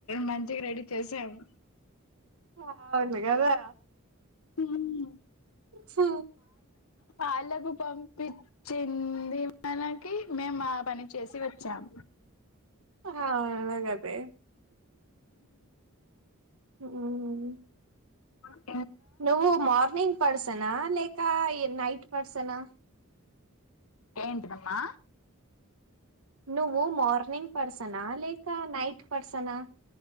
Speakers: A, on the left; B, on the right.
A: మంచిగా రెడీ చేసాము
B: ఆ అవునుగదా
A: ఊమ్
B: హు
A: పాళ్లకు పంపించింది మనకి మేము ఆ పని చేసి వచ్చాం
B: ఆ అవును గదే ఊమ్
A: ఆ
B: నువ్వు మార్నింగ్ పర్సనా లేక ఈ నైట్ పర్సనా
A: ఏంటిదమ్మా.
B: నువ్వు మార్నింగ్ పర్సనా లేక నైట్ పర్సనా.